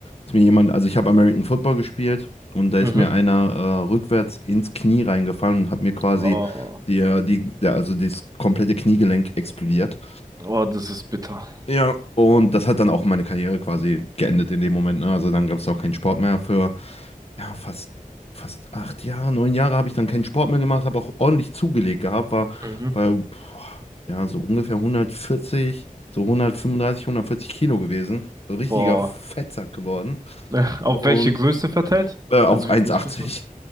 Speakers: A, on the left; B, on the right.
A: ist mir jemand, also ich habe American Football gespielt und da ist
B: Mhm.
A: mir einer äh, rückwärts ins Knie reingefallen und hat mir quasi
B: Oh.
A: die, äh, die, der, also das komplette Kniegelenk explodiert.
B: Oh, das ist bitter.
A: Ja, und das hat dann auch meine Karriere quasi geendet in dem Moment. Ne? Also dann gab es auch keinen Sport mehr für ja, fast, fast acht Jahre, neun Jahre habe ich dann keinen Sport mehr gemacht, habe auch ordentlich zugelegt gehabt, war
B: Mhm.
A: bei boah, ja, so ungefähr hundertvierzig so hundertfünfunddreißig hundertvierzig Kilo gewesen. So richtiger
B: Boah.
A: Fettsack geworden.
B: <laughs> Auf
A: Und
B: welche Größe verteilt?
A: äh, auf
B: Also wie
A: 1,80.
B: groß bist du?